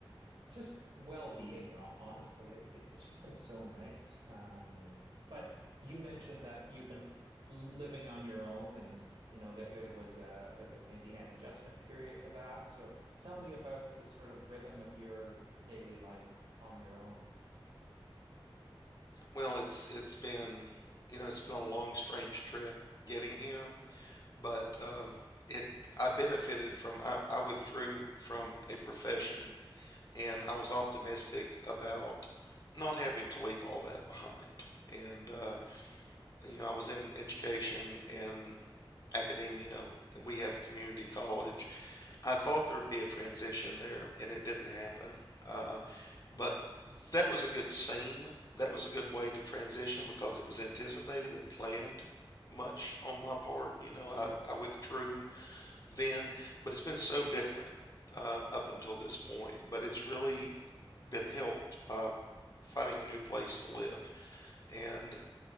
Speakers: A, on the right (about 70°); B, on the left (about 45°).
A: just well-being, ho- honestly. It's it, it's just been so nice. Um, but you mentioned that you've been l- living on your own and you know there there was a there was maybe an adjustment period to that. So tell me about the sort of rhythm of your daily life on your own.
B: Well, it's it's been you know it's been a long, strange trip getting here, but um, it I benefited from I, I withdrew from a profession and I was optimistic about not having to leave all that behind. And uh, you know I was in education and academia, and we have a community college I thought there'd be a transition there, and it didn't happen. Uh, but that was a good seam. That was a good way to transition because it was anticipated and planned much on my part. You know, I,
A: Yeah.
B: I withdrew then, but it's been so different uh, up until this point. But it's really been helped by finding a new place to live. And